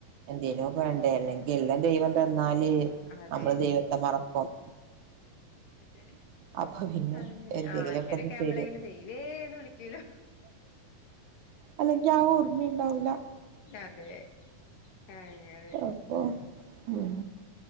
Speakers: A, on the right; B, on the left.
A: എന്തേലുക്കെ വേണ്ടേ അല്ലെങ്കി എല്ലാം ദൈവം തന്നാല്
B: അതെ
A: നമ്മള് ദൈവത്തെ മറക്കും.
B: ഏ
A: അപ്പൊ പിന്നെ
B: അങ്ങനെ
A: എന്തെങ്കിലുമൊക്കെ
B: ആ അങ്ങനൊക്കെ
A: ഒന്ന്
B: നമ്മളങ്ങനെ
A: തരും
B: ദൈവേന്ന് വിളിക്കൂലോ.
A: അല്ലെങ്കി ആ ഓർമ്മയുണ്ടാവില്ല.
B: അതെ അങ്ങനെ
A: അപ്പൊ ഉം